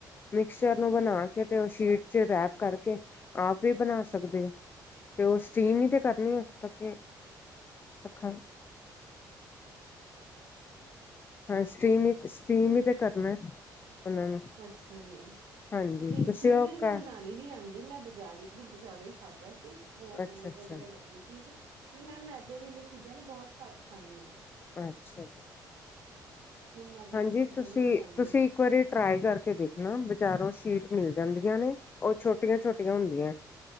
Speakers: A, on the left; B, on the right.
A: ਮਿਕਚਰ ਨੂੰ ਬਣਾ ਕੇ ਤੇ ਉਹ ਸ਼ੀਟ ਚ ਰੈਪ ਕਰਕੇ ਆਪ ਵੀ ਬਣਾ ਸਕਦੇ ਹੋ ਤੇ ਉਸ ਸੀਮ ਹੀ ਤੇ ਕਰਨੀ ਕਰਕੇ ਅਾ ਹਾਂ ਸ ਸਮ ਹੀ ਤੇ ਕਰਨਾ ਉਹਨਾਂ ਨੂੰ
B: ਅੱਛਾ ਜੀ ਨਹੀਂ
A: ਹਾਂਜੀ ਤੁਸੀਂ
B: ਜੇ
A: ਉਹ
B: ਮੇਰੇ
A: ਕਰ
B: ਨਾ ਬਣਾਉਣੀ ਨੀ ਆਉਂਦੀ ਮੈਂ ਬਜ਼ਾਰ ਬ ਬਜ਼ਾਰੋਂ ਹੀ ਖਾਧਾ ਸੀ ਬਹੁ
A: ਅੱਛਾ
B: ਮੈਨੂੰ
A: ਅੱਛਾ
B: ਵਧੀਆ ਲੱਗੀ ਚੀਜ਼ ਕਿਉਂਕਿ ਮ ਮੈਂ ਦੇ ਵੀ ਇਹ ਚੀਜ਼ਾਂ ਨਾ ਬਹੁਤ ਘੱਟ ਖਾਂਦੀਆਂ
A: ਅੱਛਾ ਜੀ
B: ਮੈਨੂੰ ਮੈਦੇ
A: ਹਾਂਜੀ
B: ਵਾਲੀ ਚੀਜ਼ਾਂ
A: ਤੁਸੀਂ
B: ਨੀ ਪਸੰਦ
A: ਤੁਸੀਂ ਇੱਕ ਵਾਰੀ ਟਰਾਈ ਕਰ ਕੇ ਦੇਖਣਾ ਬਜ਼ਾਰੋਂ ਸ਼ੀਟ ਮਿਲ ਜਾਂਦੀਆਂ ਨੇ ਉਹ ਛੋਟੀਆਂ ਛੋਟੀਆਂ ਹੁੰਦੀਆਂ